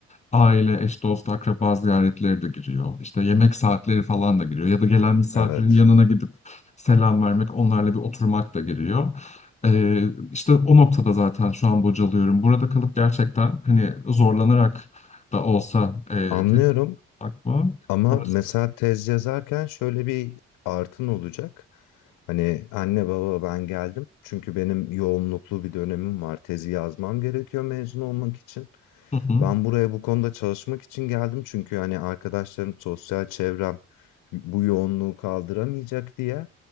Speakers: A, on the left (about 20°); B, on the left (about 80°).
A: aile, eş, dost, akraba ziyaretleri de giriyor. İşte yemek saatleri falan da giriyor. Ya da gelen misafirin
B: Evet.
A: yanına gidip selam vermek, onlarla bir oturmak da giriyor. Ee, işte o noktada zaten şu an bocalıyorum. Burada kalıp gerçekten hani zorlanarak da olsa e,
B: Anlıyorum.
A: tek akma
B: Ama
A: orası.
B: mesela tez yazarken şöyle bir artın olacak. Hani anne baba ben geldim. Çünkü benim yoğunluklu bir dönemim var. Tezi yazmam gerekiyor mezun olmak için.
A: Hı hı,
B: Ben buraya bu konuda çalışmak için geldim. Çünkü hani arkadaşlarım, sosyal çevrem bu yoğunluğu kaldıramayacak diye.